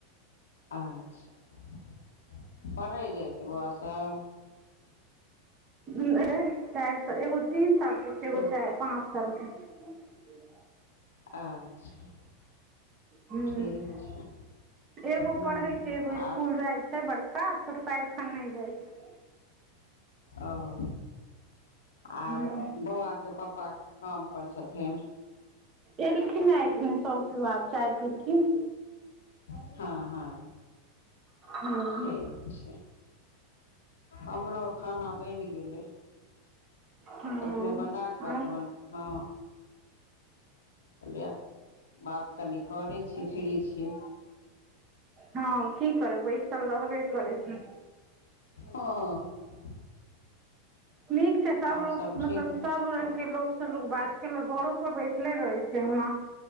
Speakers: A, on the left; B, on the right.
A: अच्छा पढ़ै जाइ छै बौआ सब।
B: नहि चारि साल एगो तीन साल के छै
A: छोट
B: एगो चाइ पाँच साल के छै।
A: अच्छा
B: हूँ
A: ठीक छै।
B: एगो
A: हँ
B: पढ़ै छै एगो
A: आर
B: स्कूल जाय छै बड़का छोटका एखन नहि जाय छै।
A: ओँ आर
B: हूँ
A: बौआके पप्पा काम पर छथिन।
B: एलखिन है एखने सब कियो आब चाय पीथिन।
A: हँ हँ
B: हूँ
A: ठीक। अच्छा हमरो खाना बनि गेलै।
B: हँ
A: एखने बना कऽ
B: आर
A: तहन फा कहलियै बात कनि कऽ लय छी फ्री छियै।
B: हँ की करबै बैसल रहबे करै छै
A: हँ हँ। <unintelligible>
B: नीक छै सब
A: आओर
B: लोक मतलब
A: ठीक ने
B: सब रंग के लोक बात केलक घरो पर बैसले रहे छै हुआँ